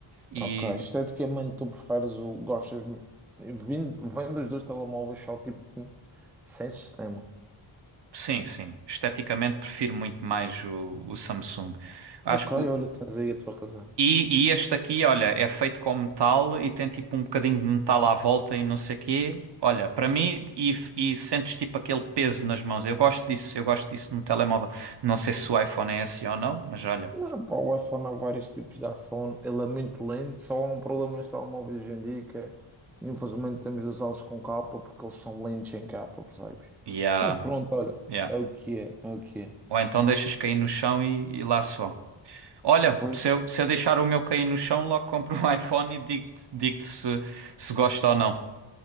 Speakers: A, on the right; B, in the centre.
A: E
B: Ok, esteticamente tu preferes o. Gostas. Vindo, vem dos dois telemóveis só tipo sem sistema.
A: sim, sim, esteticamente prefiro muito mais o, o Samsung. Acho
B: Ok,
A: que
B: olha,
A: o-
B: tens aí a tua razão.
A: e, e este aqui, olha, é feito com metal e tem tipo um bocadinho de metal à volta e não sei quê. Olha, para mim, e, e sentes tipo aquele peso nas mãos. Eu gosto disso, eu gosto disso no telemóvel. Não sei se o iPhone é assim ou não, mas olha.
B: Ah, pá, o iPhone há vários tipos de iPhone, ele é muito lento, só há um problema nos telemóveis hoje em dia que é, infelizmente temos de usá-los com capa porque eles são lentos em capa, percebes?
A: Yeah.
B: Mas pronto, olha,
A: Yeah.
B: é o que é, é o que é.
A: Ou então deixas cair no chão e, e lá se vão. Olha,
B: Depois
A: se eu, se eu deixar o meu cair no chão, logo compro um <laughs> iPhone e digo-te digo-te se, se gosta ou não.